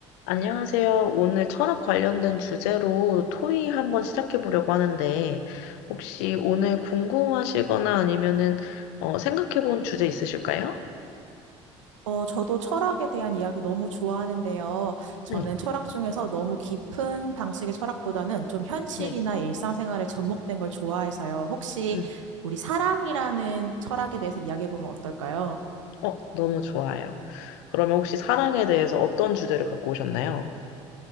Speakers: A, on the left (about 65°); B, on the right (about 80°).
A: 안녕하세요. 오늘 철학 관련된 주제로 토의 한번 시작해 보려고 하는데, 혹시 오늘 궁금하시거나 아니면은 어, 생각해 본 주제 있으실까요?
B: 어, 저도 철학에 대한 이야기 너무 좋아하는데요. 저는
A: 네,
B: 철학 중에서 너무 깊은 방식의 철학보다는 좀 현실이나
A: 네.
B: 일상생활에 접목된 걸 좋아해서요. 혹시
A: 음.
B: 우리 사랑이라는 철학에 대해서 이야기해보면 어떨까요?
A: 어, 너무 좋아요. 그러면 혹시 사랑에 대해서 어떤 주제를 갖고 오셨나요?